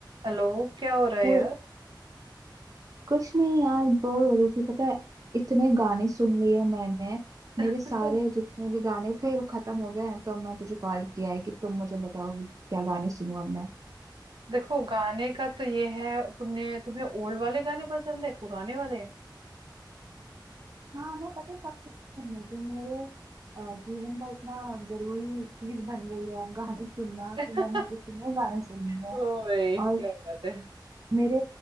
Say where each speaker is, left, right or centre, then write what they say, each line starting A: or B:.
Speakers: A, on the right; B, on the right.
A: हेलो क्या हो रहा है
B: चल,
A: यार
B: कुछ नहीं यार बोर हो रही थी पता है इतने गाने सुन लिए हैं मैंने मेरे
A: <laughs>
B: सारे
A: तो
B: जितने भी गाने थे वो खत्म हो गए हैं तो मैं तुझे कॉल किया है कि तुम मुझे बताओगी क्या गाने सुनूं अब मैं
A: देखो गाने का तो ये है तुमने तुम्हें ओल्ड वाले गाने पसंद है पुराने वाले
B: हाँ मैं पता है सब सुनने की मेरे अ, जीवन का इतना जरूरी चीज बन गई है अब गाने सुनना
A: <laughs>
B: कि मैंने इतने गाने सुने हैं
A: ओ भाई क्या
B: और
A: बात है
B: मेरे